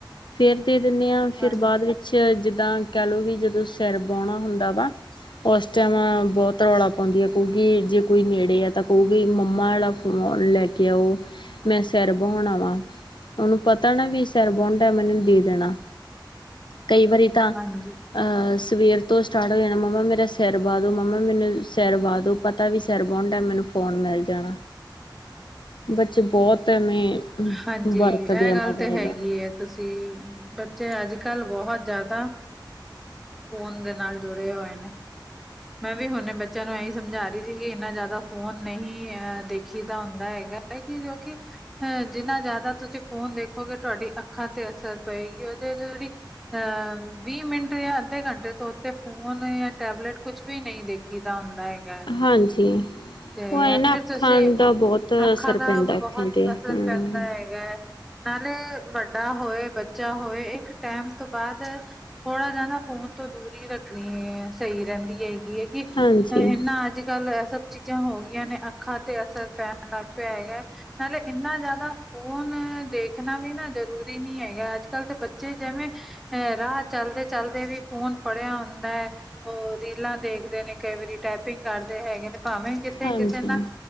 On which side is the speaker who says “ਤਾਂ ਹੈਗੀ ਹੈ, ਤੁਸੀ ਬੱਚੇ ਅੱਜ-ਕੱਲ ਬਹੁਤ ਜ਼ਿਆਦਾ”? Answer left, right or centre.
Centre